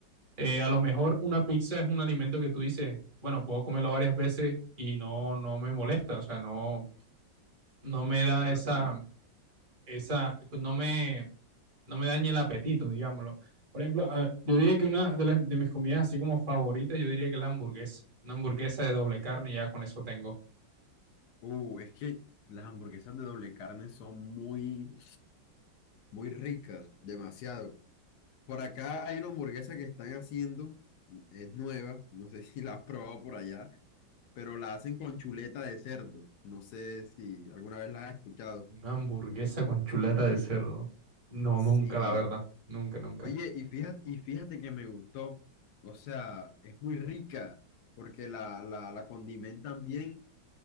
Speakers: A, on the right; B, on the left.
A: eh, a lo mejor una pizza es un alimento que tú dices, bueno, puedo comerlo varias veces y no, no me molesta, o sea, no, no me da
B: Claro,
A: esa,
B: claro.
A: esa, no me, no me daña el apetito, digámoslo. Por ejemplo, a- yo diría que una de, las, de mis comidas así como favoritas, yo diría que es la hamburguesa. Una hamburguesa de doble carne y ya con eso tengo.
B: Uh, es que las hamburguesas de doble carne son muy, muy ricas, demasiado. Por acá hay una hamburguesa que están haciendo, es nueva, no sé <laughs> si la has probado por allá, pero la hacen con chuleta de cerdo. No sé si alguna vez la has escuchado.
A: Una hamburguesa con chuleta de cerdo. No,
B: Sí.
A: nunca, la verdad. Nunca, nunca.
B: Oye, y fíjate, y fíjate que me gustó. O sea, es muy rica porque la, la, la condimentan bien